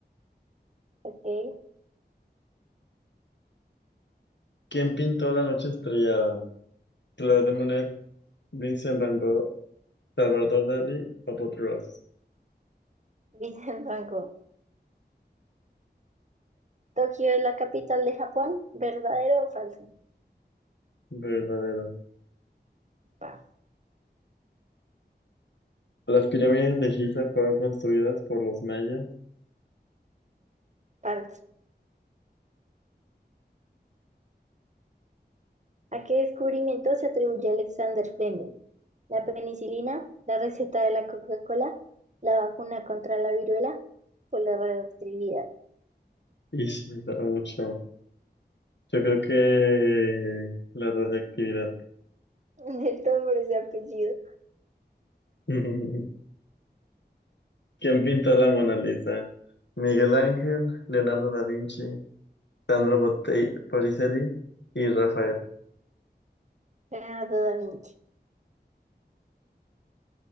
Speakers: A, on the right (about 40°); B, on the left (about 90°).
A: <laughs> Ok,
B: ¿Quién pintó la noche estrellada? Claude de Monet, Vincent Van Gogh, Salvador Dalí o Bob Ross.
A: Vincent Franco. <laughs> Tokio es la capital de Japón, ¿verdadero o falso?
B: Verdadero.
A: Pa-
B: Las pirámides de Giza fueron construidas por los mayas.
A: falso. ¿A qué descubrimiento se atribuye Alexander Fleming? ¿La penicilina, la receta de la Coca-Cola, la vacuna contra la viruela o la radioactividad?
B: Y me da mucho. Yo
A: Mm,
B: creo que la radioactividad.
A: <laughs> De nombre ese apellido.
B: <laughs> ¿Quién pintó la Mona Lisa? Miguel Ángel, Leonardo da Vinci, Sandro Botte- Botticelli y Rafael.
A: Leonardo da Vinci.